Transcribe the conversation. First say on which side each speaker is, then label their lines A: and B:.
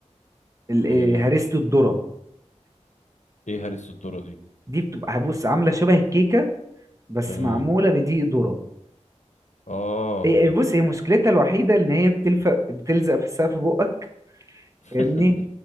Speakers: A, on the right (about 25°); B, on the left (about 80°).
A: ال-
B: ايه
A: هريسة الذرة
B: ايه هرس الذره دي
A: دي بتبقى بص عاملة شبه الكيكة بس
B: تمام
A: معمولة بدقيق ذرة
B: اه
A: هي- بص هي مشكلتها الوحيدة إن هي بتلفق بتلزق في سقف بقك
B: <laughs>
A: فاهمني